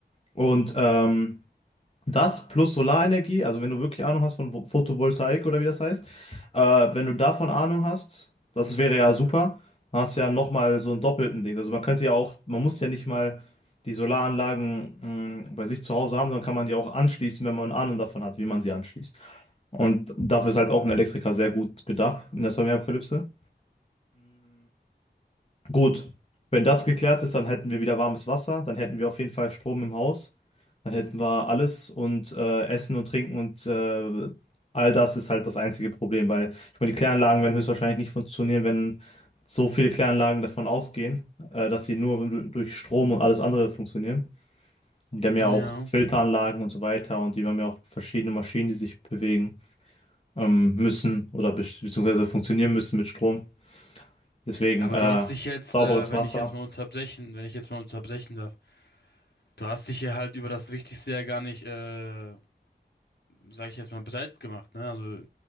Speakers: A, on the left; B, on the left.
A: Und ähm, das plus Solarenergie, also wenn du wirklich Ahnung hast von Vo- Photovoltaik oder wie das heißt, äh, wenn du davon Ahnung hast, das wäre ja super, dann hast du ja nochmal so einen doppelten Ding. Also man könnte ja auch, man muss ja nicht mal die Solaranlagen mh, bei sich zu Hause haben, sondern kann man die auch anschließen, wenn man Ahnung davon hat, wie man sie anschließt. Und dafür ist halt auch ein Elektriker sehr gut gedacht in der Sonnenmilchapokalypse. Gut, wenn das geklärt ist, dann hätten wir wieder warmes Wasser, dann hätten wir auf jeden Fall Strom im Haus, dann hätten wir alles und äh, Essen und Trinken und äh, all das ist halt das einzige Problem, weil ich meine, die Kläranlagen werden höchstwahrscheinlich nicht funktionieren, wenn so viele Kläranlagen davon ausgehen, äh, dass sie nur du- durch Strom und alles andere funktionieren. Und die haben
B: Ja.
A: ja auch Filteranlagen und so weiter und die haben ja auch verschiedene Maschinen, die sich bewegen ähm, müssen oder be- beziehungsweise funktionieren müssen mit Strom. Deswegen
B: Ja, aber
A: äh,
B: du hast dich jetzt,
A: sauberes
B: äh, wenn
A: Wasser.
B: ich jetzt mal unterbrechen, wenn ich jetzt mal unterbrechen darf. Du hast dich hier halt über das Wichtigste ja gar nicht, äh, sag ich jetzt mal, breit gemacht, ne? Also